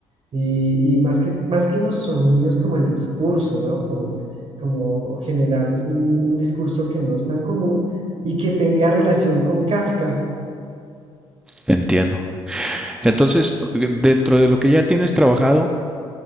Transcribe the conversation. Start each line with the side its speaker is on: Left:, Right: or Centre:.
Right: Y, y más que, más que los sonidos, como el discurso, ¿no? Como, como generar un, un discurso que no es tan común y que tenga relación con Kafka.
Centre: entiendo. Entonces, dentro de lo que ya tienes trabajado,